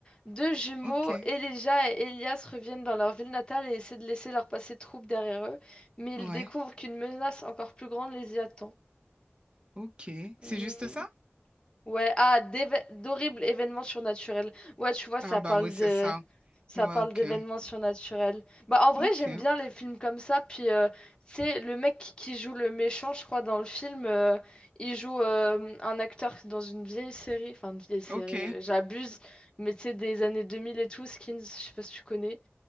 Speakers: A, on the left (about 20°); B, on the right (about 25°).
A: Deux jumeaux,
B: Ok.
A: Elijah et Elias, reviennent dans leur ville natale et essaient de laisser leur passé trouble derrière eux. Mais ils
B: Ouais.
A: découvrent qu'une menace encore plus grande les y attend.
B: Ok.
A: Hmm.
B: C'est juste ça?
A: Ouais, ah, d'éve- d'horribles événements surnaturels. Ouais, tu vois, ça
B: Ah bah
A: parle
B: oui, c'est
A: de...
B: ça.
A: Ça
B: Ouais,
A: parle
B: ok.
A: d'événements surnaturels. Bah, en vrai,
B: Ok.
A: j'aime bien les films comme ça. Puis, euh, tu sais, le mec qui joue le méchant, je crois, dans le film, euh, il joue euh, un acteur dans une vieille série. Enfin, une vieille série,
B: Ok.
A: euh, j'abuse. Mais tu sais, des années 2000 et tout, Skins, je sais pas si tu connais.